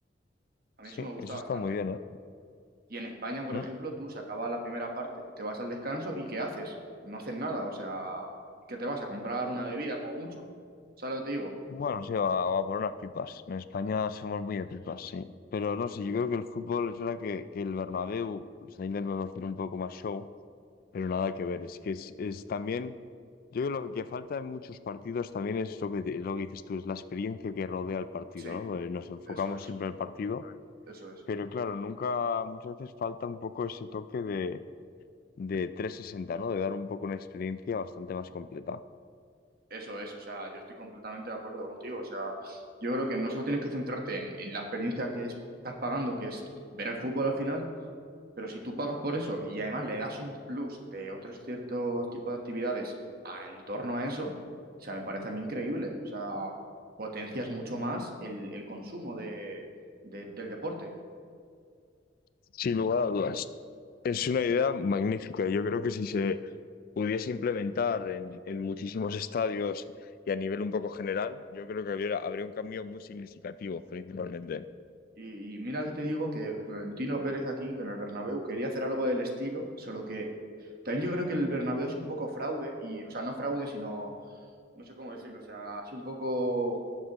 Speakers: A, on the right; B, on the left.
A: A mí
B: Sí,
A: eso me gusta
B: eso
A: bastante.
B: está muy bien, ¿eh?
A: Y en España, por
B: Mm.
A: ejemplo, tú se acaba la primera parte, te vas al descanso y ¿qué haces? No haces nada, o sea, que te vas a comprar una bebida como mucho. ¿Sabes lo que te digo?
B: Bueno, sí, va, va por unas pipas. En España somos muy de pipas, sí. Pero no sé, yo creo que el fútbol es verdad que, que el Bernabéu pues, está intentando hacer un poco más show, pero nada que ver. Es que es, es también, yo creo que lo que falta en muchos partidos también es lo que, te- lo que dices tú, es la experiencia que rodea el partido,
A: Sí.
B: ¿no? Porque nos enfocamos
A: Eso es,
B: siempre en el partido
A: eso es,
B: Pero claro, nunca, muchas veces falta un poco ese toque de, de trescientos sesenta ¿no? De dar un poco una experiencia bastante más completa.
A: eso es, o sea, yo estoy completamente de acuerdo contigo, o sea, yo creo que no solo tienes que centrarte en, en la experiencia que es- estás pagando, que es ver el fútbol al final, pero si tú pagas por eso y además le das un plus de otros ciertos tipos de actividades a, en torno a eso, o sea, me parece a mí increíble, o sea, potencias mucho más el, el consumo de, de- del deporte.
B: Sin lugar a dudas. Es una idea magnífica. Yo creo que si se pudiese implementar en, en muchísimos estadios y a nivel un poco general, yo creo que habría, habría un cambio muy significativo, principalmente.
A: Y, y mira que te digo que Florentino Pérez aquí, con el Bernabéu, quería hacer algo del estilo, solo que también yo creo que el Bernabéu es un poco fraude, y, o sea, no fraude, sino, no sé cómo decirlo, o sea, es un poco